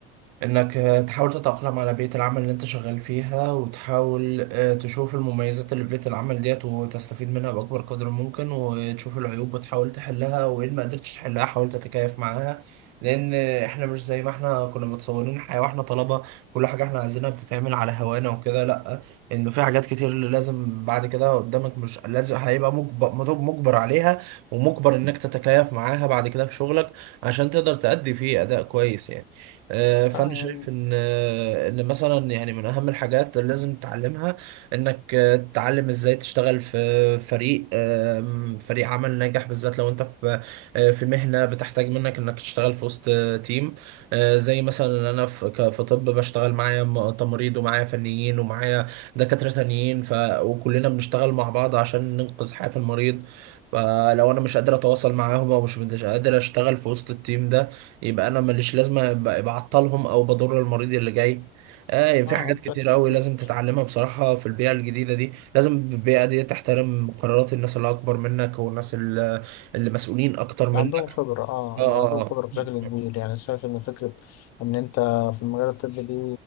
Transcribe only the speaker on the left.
اه
يعني
اه
بشكل كبير
اللي عندهم خبرة اه
اللي عندهم خبرة
بشكل كبير
يعني شايف ان فكرة ان انت في المجال الطبي دي